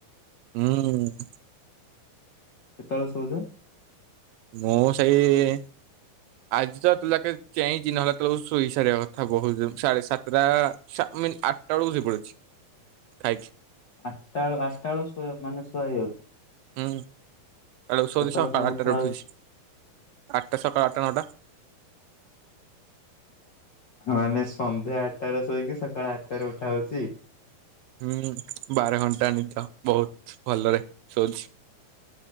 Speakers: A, on the right; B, on the left.
A: ହୁଁ।
B: କେତେବେଳେ ଶୋଉଚ?
A: ମୁଁ ସେଇ ଇ ଆଜି ତ ଏତେ ଯାକେ ଚେଇଁଚି, ନ ନହେଲେ ଏତେ ବେଳକୁ ଶୋଇ ସାରିବା କଥା ବହୁତ ଜଲ୍ଦୀ ସାଢେ ସାତଟା। ସାମିନ୍ ଆଠଟା ବେଳକୁ ଶୋଇ ପଡିଛି ଖାଇକି
B: ଆଟା ବେଳୁ ଆଟ ଟା ବେଳୁ ଶ ମାନେ ଶୁଆ ହେଇଯାଉଛି
A: ହୁଁ, ଆଟ ଟା ବେଳକୁ ଶୋଉଚି,
B: କେତେବେଳେ
A: ସକାଳ
B: ପୁଣି
A: ଆଠଟାରେ
B: ଉଠା ହଉଚି?
A: ଉଠୁଛି ଆଠଟା ସକାଳ ଆଠଟା ନଅଟା।
B: ହଁ ମାନେ ସନ୍ଧ୍ୟା ଆଠଟାରେ ଶୋଇକି ସକାଳ ଆଠଟାରେ ଉଠା ହଉଛି
A: ହୁଁ ବାର ଘଣ୍ଟା ନିଦ ବହୁତ ଭଲରେ ଶୁଉଛି